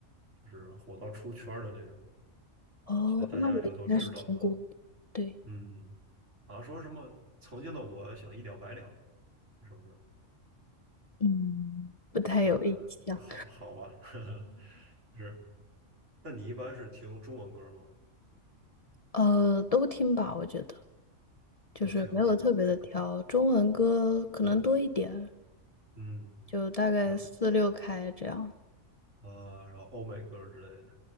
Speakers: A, on the right; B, on the left.
A: 就是火到出圈儿的那种，
B: 哦，
A: 所以大家就都知道他。
B: 那我应该是听过的。
A: 了。
B: 对，
A: 嗯，好像说什么曾经的我想一了百了这首歌，
B: 嗯，不太有印象，
A: 嗯，好好吧，<laughs> 呵呵，是，那你一般是听中文歌吗？
B: 呃，都听吧，我觉得就是没有特别的挑，
A: 都听就中
B: 中文歌可能多一点儿，
A: 中文，嗯，
B: 就大概四六开这样。
A: 然后呃，然后欧美歌之类的，